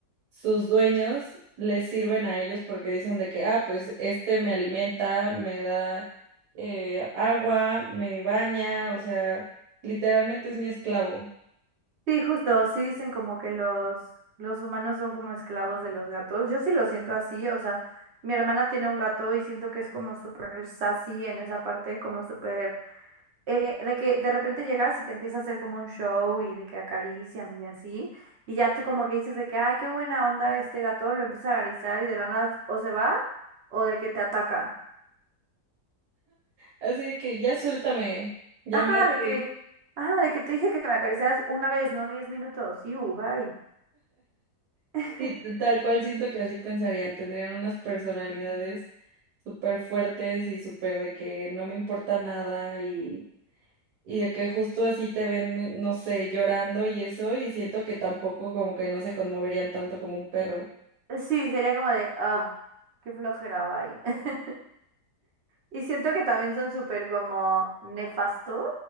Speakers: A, on the right (about 70°); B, on the right (about 50°).
A: sus dueños les sirven a ellos porque dicen de que, ah, pues este me alimenta, me da eh, agua, me baña, o sea, literalmente es mi esclavo.
B: Sí, justo, sí dicen como que los, los humanos son como esclavos de los gatos. Yo sí lo siento así, o sea, mi hermana tiene un gato y siento que es como súper sassy en esa parte, como súper... eh, de que de repente llegas y te empieza a hacer como un show y de que acarician y así, y ya te como que dices de que, ay, qué buena onda este gato, lo empieza a acariciar y de la nada o se va o de que te ataca.
A: Así de que ya suéltame, ya
B: Ajá,
A: me harté.
B: de que, ajá, de que te dije que me acariciaras una vez, no diez minutos, y uh, bye. <laughs>
A: Sí, t- tal cual siento que así pensarían, tendrían unas personalidades súper fuertes y súper de que no me importa nada y, y de que justo así te ven, eh, no sé, llorando y eso, y siento que tampoco como que no se conmoverían tanto como un perro.
B: Sí, sería como de, ah, qué flojera, bye. <laughs> Y siento que también son súper como nefastos